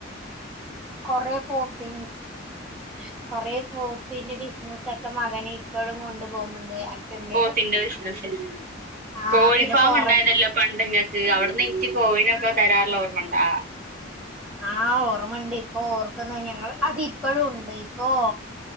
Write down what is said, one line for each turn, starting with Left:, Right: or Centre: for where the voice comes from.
Centre: കൊറ പോപ്പിൻസ് കൊറെ പോത്തിന്റെ ബിസിനസ്സ ഒക്കെ മകനെ ഇപ്പോഴും കൊണ്ടു പോകുന്നുണ്ട് അച്ഛന്റെ
Right: പൊത്തില്ല ബിസിനസിന്
Centre: ആഹ്
Right: കോഴി
Centre: പിന്നെ
Right: ഫാം
Centre: കൊറേ
Right: ഉണ്ടായതല്ലോ പണ്ടങ്ങൾക്ക് അവിടുന്ന് ഇനിക്ക് കോഴിനൊക്കെ തരാറുള്ള ഓർമ്മ- <unintelligible>
Centre: ആഹ് ഓർമ്മുണ്ട് ഇപ്പൊ ഓർക്കുന്ന ഞങ്ങള് അതിപ്പോഴും ഉണ്ട് ഇപ്പോ-